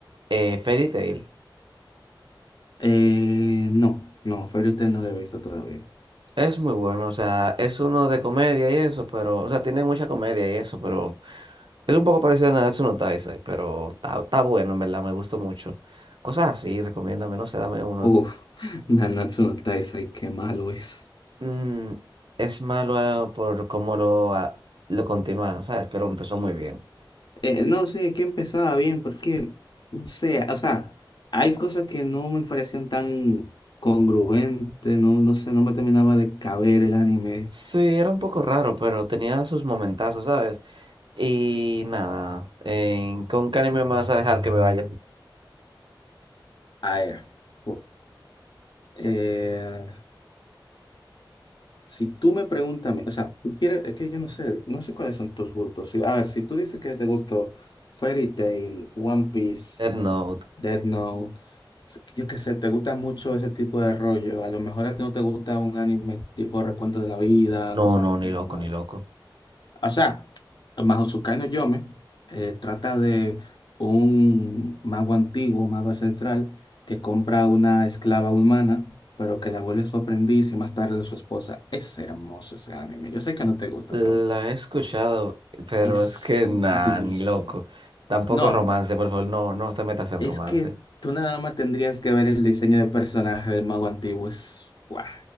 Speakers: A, on the right (about 70°); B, on the left (about 60°).
A: eh, Fairy Tail?
B: Eh, no, no, Fairy Tail no lo he visto todavía.
A: Es muy bueno, o sea, es uno de comedia y eso, pero, o sea, tiene mucha comedia y eso, pero es un poco parecido a Nanatsu no Taizai, pero está, está bueno, en verdad, me gustó mucho. Cosas así, recomiéndame, no sé, dame uno.
B: Uf, <laughs> Nanatsu no Taizai, qué malo es.
A: Mm, es malo por cómo lo, a- lo continuaron, ¿sabes? Pero empezó muy bien.
B: Eh, no sé, que empezaba bien, porque, no sé, o sea, hay cosas que no me parecían tan congruentes, no, no sé, no me terminaba de caber el anime.
A: Sí, era un poco raro, pero tenía sus momentazos, ¿sabes? Y nada, eh, ¿con qué anime me vas a dejar que me vaya?
B: A ver, uf, eh, si tú me preguntas, a mí, o sea, tú quieres, es que yo no sé, no sé cuáles son tus gustos. sí, a ver, si tú dices que te gustó Fairy Tail, One Piece,
A: Death Note.
B: Death Note. Yo qué sé, te gusta mucho ese tipo de rollo. A lo mejor a ti no te gusta un anime tipo recuento de la vida,
A: No,
B: cosas
A: no, ni
B: normales.
A: loco, ni loco.
B: O sea, Mahoutsukai no Yome eh, trata de un mago antiguo, mago ancestral, que compra una esclava humana, pero que la vuelve su aprendiz y más tarde su esposa. Es hermoso ese anime. Yo sé que no te gusta,
A: La
B: pero
A: he escuchado, pero
B: es
A: es que
B: durísimo.
A: nada, ni loco. Tampoco
B: No.
A: romance, por favor, no, no te metas en
B: Es
A: romance.
B: que tú nada más tendrías que ver el diseño de personaje del mago antiguo. Es... ¡Guau!